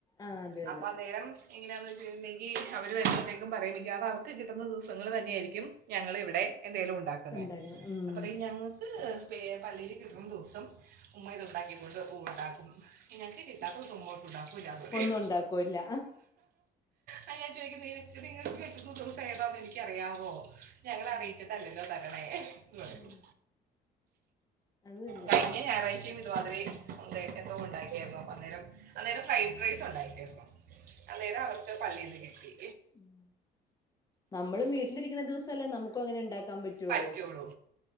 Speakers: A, on the left; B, on the right.
A: ആഹ് അതെ
B: അപ്പൊ
A: അതെ
B: അന്നേരം എങ്ങനെയാന്ന് വെച്ച് കഴിഞ്ഞിട്ടുണ്ടെങ്കിൽ അവര് വരുമ്പഴത്തേക്കും പറയും മിക്കവാറും അവർക്ക് കിട്ടുന്ന ദിവസങ്ങൾ തന്നെയായിരിക്കും ഞങ്ങൾ ഇവിടെ എന്തെങ്കിലും ഉണ്ടാക്കുന്നേ
A: ഉണ്ടാക്കണം ഉം
B: അപ്പോ പറയും ഞങ്ങ പള്ളീൽ കിട്ടുന്ന ദിവസം ഉമ്മ ഇത് ഉണ്ടാക്കിക്കൊണ്ട് വക്കും ഉണ്ടാക്കും ഞങ്ങക്ക് കിട്ടാത്ത ദിവസം ഉമ്മ ഒട്ട് ഉണ്ടാക്കുകയും ഇല്ലാന്ന് പറയും
A: ഒന്നും ഉണ്ടാക്കുവോല്ല
B: അയിന് ഞാൻ ചോയിക്കും നിങ്ങൾ നിങ്ങൾക്ക് കിട്ടുന്ന ദിവസം ഏതാന്ന് എനിക്ക് അറിയാവോ ഞങ്ങളെ അറിയിച്ചിട്ടല്ല
A: ഉം
B: ല്ലോ തരണേ എന്ന് പറയും
A: ഉം അത് തന്നെ
B: കഴിഞ്ഞ ഞായറാഴ്ചയും ഇത് മാതിരി ഉണ്ടായിരുന്നു എന്തോ ഉണ്ടാക്കിയായിരുന്നു അന്നേരം അന്നേരം ഫ്രൈഡ് റൈസ് ഉണ്ടാക്കിയായിരുന്നു അന്നേരം അവർക്ക് പള്ളീന്ന് കിട്ടി
A: ഉം നമ്മളും വീട്ടിലിരിക്കുന്ന ദിവസവല്ലേ നമുക്കും അങ്ങനെ ഉണ്ടാക്കാൻ പറ്റൂള്ളു
B: പറ്റുള്ളൂ